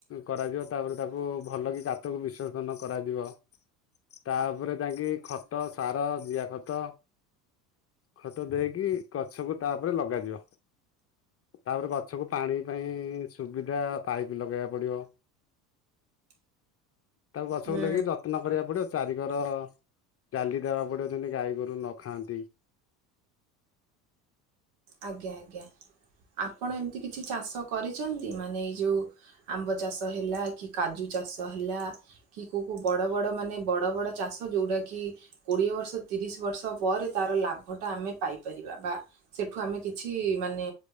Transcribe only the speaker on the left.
କରାଯିବ ତାପରେ ତାକୁ ଭଲ କି ଗାତକୁ ବିଶୋଜନ କରାଯିବ। ତାପରେ ଯାଇଁ ଙ୍କି ଖତ ସାର ଜିଆ ଖତ। ଖତ ଦେଇକି ଗଛକୁ ତାପରେ ଲଗାଯିବ ତାପରେ ଗ ସବୁ ପାଣି ପାଇଁ ସୁବିଧା ପାଇପ୍ ଲଗେଇବାକୁ ପଡ଼ିବ। ତାକୁ ଗଛକୁ
ଲାଗେଇ ଯତ୍ନ କରିବାକୁ ପଡିବ। ଚାରିିକର ଜାଲି ଦେବାକୁ ପଡିବ ଯେମତି ଗାଈ ଗୋରୁ ନ ଖାଆନ୍ତି।